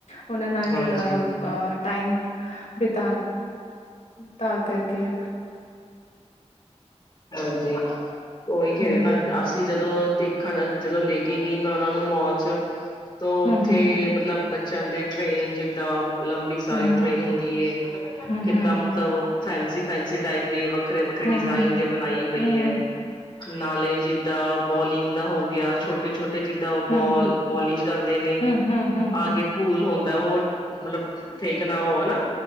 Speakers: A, on the left (about 80°); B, on the left (about 40°).
A: ਉਹਨਾਂ ਨਾਲ
B: ਹਾਂਜੀ
A: ਟਾਈਮ ਬ <unintelligible> ਤਾਂ ਕਰਕੇ।
B: ਹਾਂਜੀ, ਉਹੀ ਕਹਿ
A: ਹੂੰ
B: ਰਹੇ ਨਾ ਅਸੀਂ ਜਦੋਂ ਦੇਖਣ ਜਦੋਂ ਲੈ ਕੇ ਗਈ ਮੈਂ ਉਹਨਾਂ ਨੂੰ ਮੋਲ ਚ ਤਾਂ ਉੱਥੇ
A: ਹੂੰ ਹੂੰ
B: ਮਤਲਬ ਬੱ ਚਿਆਂ ਦੇ ਟ੍ਰੇਨ ਜਿੱਦਾਂ ਲੰਬੀ ਸਾਰੀ
A: ਹੂੰ
B: ਟ੍ਰੇਨ ਹੁੰਦੀ
A: ਹੂੰ
B: ਕਿੱਦਾਂ
A: ਹੂੰ
B: ਮਤਲਬ ਫੈਸੀ ਫੈਸੀ ਟਾਈਪ ਦੇ ਵੱਖਰੇ ਵੱਖਰੇ
A: ਹੂੰ
B: ਡਿਜ਼ਾਇਨ
A: ਹੂੰ
B: ਦੇ ਬਣਾਈ ਪਈ
A: ਹੂੰ
B: ਐ ਨਾਲੇ ਜਿ ਦਾ ਬੋਲਿੰਗ ਦਾ ਹੋ ਗਿਆ ਛੋਟੇ-ਛੋਟੇ ਤੇ ਜਿੱਦਾਂ ਉਹ
A: ਹੂੰ
B: ਬੋਲ ਬੋਲਿੰਗ ਕਰਦੇ ਨੇ
A: ਹੂੰ ਹੂੰ ਹੂੰ
B: ਆਗੇ
A: ਹੂੰ
B: ਪੁੱਲ ਹੁੰਦਾ ਓ। ਮਤਲਬ ਫੇਕਣਾ ਹੋ ਹਨਾ